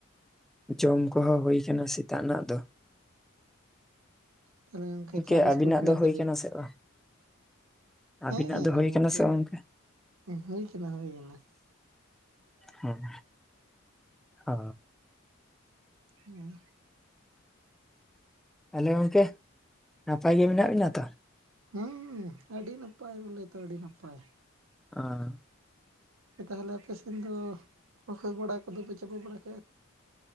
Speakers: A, in the centre; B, on the right (about 75°).
A: ᱡᱚᱢ ᱠᱚᱦᱚᱸ ᱦᱩᱭ ᱟᱠᱟᱱᱟ ᱥᱮᱛᱟᱜ ᱨᱮᱱᱟᱜ ᱫᱚ
B: ᱛᱟᱦᱚᱞᱮ ᱜᱚᱢᱠᱮ
A: ᱜᱚᱝᱠᱮ
B: ᱪᱟ ᱵᱤᱥᱠᱩᱴ
A: ᱟᱵᱤᱱᱟᱜ ᱫᱚ
B: ᱱᱟ
A: ᱦᱩᱭ
B: ᱪᱮᱫ?
A: ᱠᱟᱱᱟ ᱥᱮ ᱵᱟᱝ
B: ᱦᱮᱸ
A: ᱟᱵᱤᱱᱟᱜ
B: ᱜᱚᱢᱠᱮ
A: ᱫᱚ ᱦᱩᱭ ᱠᱟᱱᱟ ᱥᱮ ᱵᱟᱝ ᱜᱚᱝᱠᱮ
B: ᱦᱩᱭ ᱠᱟᱱᱟ ᱦᱩᱭᱟᱱᱟ
A: ᱦᱮᱸ ᱦ <unintelligible>
B: ᱦᱮᱸ <unintelligible>
A: ᱛᱟᱦᱚᱞᱮ ᱜᱚᱝᱠᱮ ᱱᱟᱯᱟᱭ ᱜᱮ ᱢᱮᱱᱟᱜ ᱵᱮᱱᱟ ᱛᱚ
B: ᱦᱩᱺ ᱟᱹᱰᱤ ᱱᱟᱯᱟᱭ ᱵᱚᱞᱮ ᱛᱚ ᱟᱹᱰᱤ ᱱᱟᱯᱟᱭ
A: ᱟᱨ
B: ᱛᱟᱦᱚᱞᱮ ᱟᱯᱮᱥᱮᱱ ᱫᱚ ᱨᱚᱦᱚᱭ ᱵᱟᱲᱟ ᱠᱚᱫᱚᱯᱮ ᱪᱟᱵᱟ ᱵᱟᱲᱟᱭ